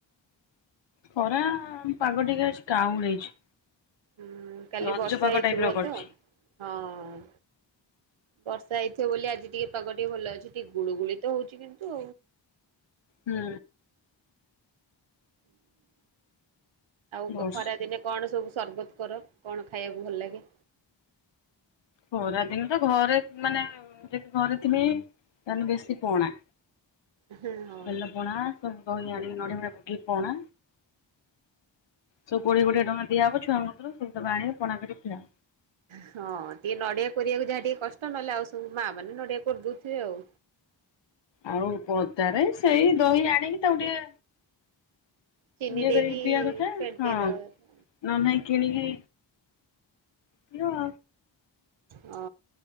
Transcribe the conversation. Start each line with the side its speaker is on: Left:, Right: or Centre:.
Left: ଖରା ପାଗ ଟିକେ ଆଜି କାଉଁଳେଇଛି।
Right: ହୁଁ କାଲି
Left: ରଜ
Right: ବର୍ଷା
Left: ପାଗ
Right: ହେଇଥିବ
Left: ଟାଇପ ର କରିଛି
Right: ତ ହଁ। ବର୍ଷା ହେଇଥିବ ବୋଲି ଆଜି ଟିକେ ପାଗ ଟିକେ ଭଲ ଅଛି। ଟିକେ ଗୁଳୁଗୁଳି ତ ହଉଛି କିନ୍ତୁ
Left: ହୁଁ
Right: ହୁଁ ହୁଁ ଆଉ
Left: ବସ୍
Right: ଖରାଦିନେ କଣ ସବୁ ସରବତ କର? କଣ ଖାଇବାକୁ ଭଲଲାଗେ।
Left: ଖରା ଦିନ ତ ଘରେ ମାନେ ଯଦି ଘରେ ଥିବେ ତାହାନେ ବେଶି କଣା।
Right: ହଁ ହଁ
Left: ବେଲ ପଣା ସବୁ ଦହି ଆଣିକି ନଡ଼ିଆ ପଡିଆ ପକେଇକି ପଣା ସବୁ କୋଡ଼ିଏ କୋଡ଼ିଏ ଟଙ୍କା ଦିଆହବ ଛୁଆଙ୍କ କତୁରୁ <unintelligible> ପଣା କରିକି ପିଅ।
Right: ହଁ ଟିକେ ନଡିଆ କୋରିବାକୁ ଯାହା ଟିକେ କଷ୍ଟ ନହେଲେ ଆଉ ସବୁ ମା ମାନେ ନଡିଆ କୋରିଦଉଥିବେ ଆଉ।
Left: ଆଉ ପଦାରେ ସେଇ ଦହି ଆଣିକି ତାକୁ ଟିକେ
Right: ଚିନି
Left: ଏ
Right: ଦେଇକି
Left: କରିକି ପିଇବା କଥା
Right: ଫେଣ୍ଟେଇ
Left: ହଁ
Right: ଦବା
Left: ନନେ
Right: କଥା।
Left: ନାଁ କିଣିକି ପିଇବ?
Right: ହଁ